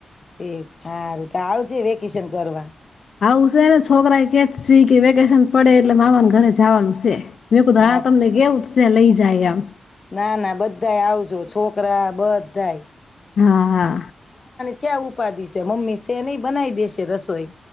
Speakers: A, on the left; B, on the left.
A: ઠીક સારું તો આવજે વેકેશન કરવા
B: આવું છે ને છોકરા એ કે સ કે વેકેશન પડે એટલે મામાને ઘરે જવાનું છે. મેં કધા
A: હા
B: તમને કેવું સ લઈ જાય એમ
A: ના ના બધા આવજો છોકરા બધા
B: હા હા
A: ક્યા ઉપાધિ છે મમ્મી છે નહી બનાવી દેશે રસોઈ